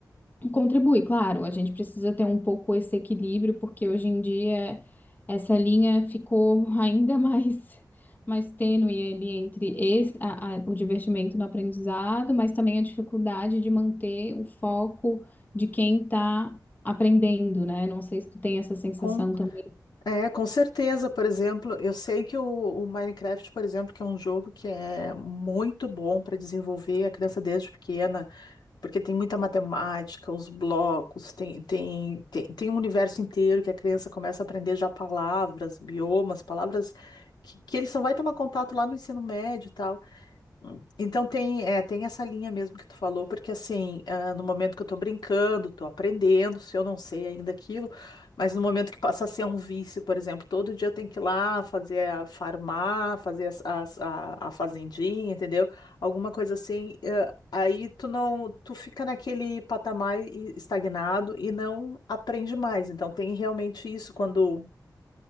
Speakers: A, on the left (about 25°); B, on the left (about 85°).
A: Contribui, claro, a gente precisa ter um pouco esse equilíbrio, porque hoje em dia essa linha ficou <laughs> ainda mais, mais tênue ali entre esse- a- a- o divertimento no aprendizado, mas também a dificuldade de manter o foco de quem está aprendendo, né? Não sei se tu tem essa sensação
B: Com,
A: também.
B: é, com certeza, por exemplo, eu sei que o, o Minecraft, por exemplo, que é um jogo que é muito bom para desenvolver a criança desde pequena, porque tem muita matemática, os blocos, tem, tem, tem, tem um universo inteiro que a criança começa a aprender já palavras, biomas, palavras que, que ele só vai tomar contato lá no ensino médio e tal. Então tem, é, tem essa linha mesmo que tu falou, porque assim, ah, no momento que eu tô brincando, tô aprendendo, se eu não sei ainda aquilo, mas no momento que passa a ser um vício, por exemplo, todo dia eu tenho que ir lá fazer a farmar, fazer as- as- a, a fazendinha, entendeu? Alguma coisa assim, eh, aí tu não, tu fica naquele patamar e- estagnado e não aprende mais. Então tem realmente isso quando